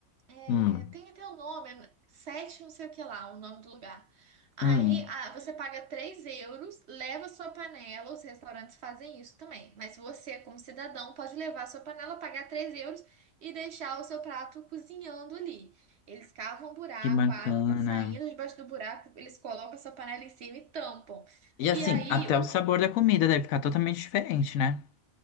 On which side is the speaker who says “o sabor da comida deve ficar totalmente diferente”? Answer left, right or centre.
Left